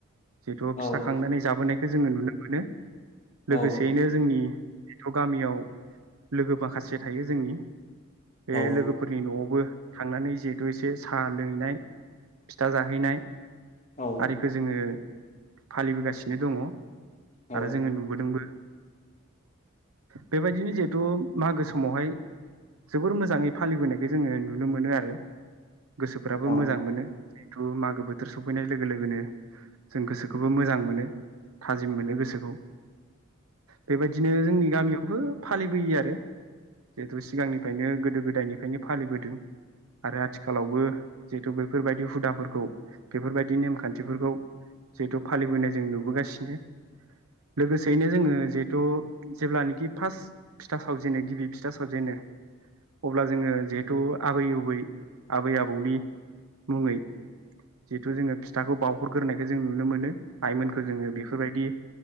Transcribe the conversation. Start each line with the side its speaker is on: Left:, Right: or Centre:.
Right: जिहेथु
Left: औ
Right: फिथा खांनानै जाबोनाय खौ जोङो नुनो मोनो।
Left: औ
Right: लोगोसेयैनो जोंनि थ गामियाव लोगो माखासे थायो जोंनि बे
Left: औ
Right: लोगोफोरनि न'आवबो थांनानै जिहेथु एसे साहा लोंहैनाय फिथा जाहैनाय
Left: औ
Right: आरिखौ जोङो फालिबोगासिनो दङ।
Left: औ
Right: आरो जोङो नुबोदोंबो। बेबायदिनो जिहेथु मागो समावहाय जोबोर मोजाङै फालिबोनायखौ जोङो नुनो मोनो आरो। गोसोफोराबो
Left: औ
Right: मोजां मोनो। जिथु मागो बोथोर सफैनाय लोगो लोगोनो जों गोसोखौबो मोजां मोनो थाजिम मोनो गोसोखौ बेबायदिनो जोंनि गामियावबो फालिबोयो आरो जिहेतु सिगांनिफ्रायनो गोदो गोदायनिफ्रायनो फालिबोदों आरो आथिखालावबो जिहेतु बेफोरबायदि हुदाफोरखौ बेफोरबायदि नेमखान्थिफोरखौ जिहेथु फालिबोनाय जों नुबोगासिनो लोगोसेयैनो जोङो जिहेथु जेब्लानोखि फार्स्ट फिथा सावजेनो गिबि फिथा सावजेनो अब्ला जोङो जिहेथु आबै उबै आबै आबौनि मुङै जिहेथु जोङो फिथाखौ बाव हर ग्रोनायखो जों नुनो मोनो आइमोनखोजोङो बेफोरबायदि